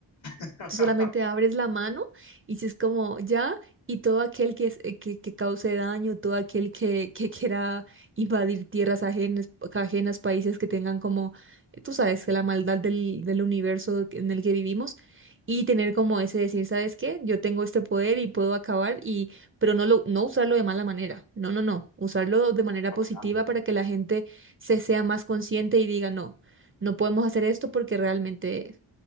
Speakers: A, on the left; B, on the right.
A: <laughs>
B: Tú solamente abres la mano y si es como ya, y todo aquel que, es- eh, que, que cause daño, todo aquel que, que quiera invadir tierras ajenas, ajenas, países que tengan como, tú sabes, que la maldad del, del universo en el que vivimos, y tener como ese decir, ¿sabes qué? Yo tengo este poder y puedo acabar, y, pero no, lo, no usarlo de mala manera, no, no, no, usarlo de manera
A: No,
B: positiva
A: claro.
B: para que la gente se sea más consciente y diga, no, no podemos hacer esto porque realmente